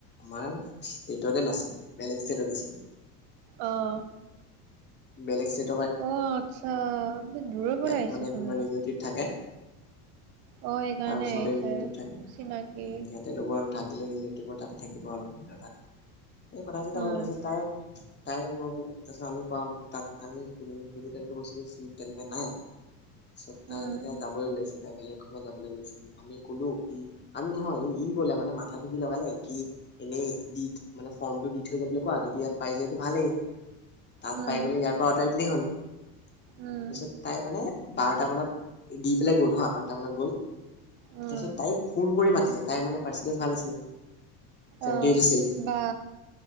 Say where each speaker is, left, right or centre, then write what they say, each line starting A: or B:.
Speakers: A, on the left (about 25°); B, on the right (about 55°).
A: আমাৰ ষ্টেটতে নাছিল বেলেগ ষ্টেটত আছিল।
B: অঁ।
A: বেলেগ ষ্টেট
B: অ', আচ্ছা দূৰৰ
A: ইয়াত
B: পৰা আহিছেচোন।
A: মানে কোনোবা ৰিলেটিভ থাকে
B: অ সেইকাৰণে
A: তাৰ ওচৰতেটি
B: আহিছে
A: থাকে
B: চিনাকি
A: ইতে লব আৰু থাকিলে ৰিলেটিভ তা থাকিব আৰু তাত। এই কথা চথা
B: উম
A: হ'ল <unintelligible> তাই তাই ম তাৰপিছত আমি কাম তাত আমি সুধোতো কৈছিল চিট তেনেকে নাই। চত তাই
B: উম
A: তেতিয়া বেলেগ খত যাবোন আমি ক'লো আমি নহয় ই ক'লে মানে মাথাটো সি লগালে কি এনেই দি মানে ফৰ্মটো দি থৈ যাবলৈ কোৱা যদি ইয়াত পাই যায়টো ভালেই। তাত
B: উম
A: পাই গ'লে ইয়াৰ পৰা আঁতৰাই দিলেই হ'ল। তাৰপিছত
B: উম
A: তাই মানে বাৰটা মানত এ দি পেলাই গ'ল হা, বাৰটা মানত গ'ল। তাৰপিছত
B: উম
A: তাই ফোন কৰি মাতিলে। তাইৰ মানে পাৰ্চেণ্টেজ ভাল আছিল। চেভেন্টি
B: অহ,
A: এইট আছিল
B: বা।